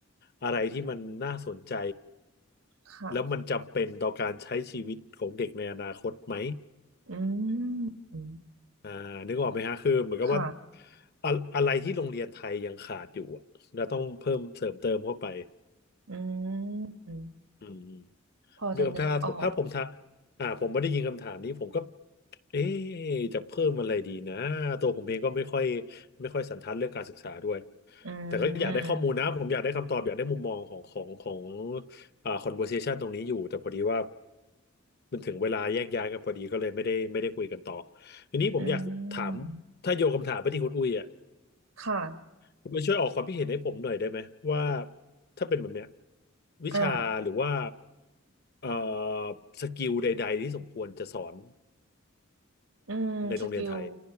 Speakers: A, on the left; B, on the right.
A: อะไรที่มันน่าสนใจ
B: ค่ะ
A: แล้วมันจำเป็นต่อการใช้ชีวิตของเด็กในอนาคตไหม
B: อืม
A: อ่านึกออกไหมฮะคือเหมือนกับว่า
B: ค่ะ
A: อะอะไรที่โรงเรียนไทยยังขาดอยู่อะเราต้องเพิ่มเสริมเติมเข้าไป
B: อืม
A: อืม
B: พอจะนึกออก
A: มีคำถามผมถ้าผมถาอ่าผมไม่ได้ยินคำถามนี้ผมก็เอ๊ะจะเพิ่มอะไรดีนะตัวผมเองก็ไม่ค่อยไม่ค่อยสันทัดเรื่องการศึกษาด้วย
B: อื
A: แต่ก็อยากได้ข้อมูลนะผมอยากได้คำตอบอยากได้มุมมองของของของ
B: ม
A: อ่า conversation ตรงนี้อยู่แต่พอดีว่ามันถึงเวลาแยกย้ายกันพอดีก็เลยไม่ได้ไม่ได้คุยกันต่อทีนี้ผมอยากถาม
B: อืม
A: ถ้าโยนคำถามไปที่คุณอุ้ยอ่ะ
B: ค่ะ
A: คุณมาช่วยออกความคิดเห็นให้ผมหน่อยได้ไหมว่าถ้าเป็นแบบเนี้ยวิชาหรือว่า
B: อ่า
A: เอ่อสกิลใดๆที่สมควรจะสอน
B: อืมสกิล
A: ในโรงเรียนไทย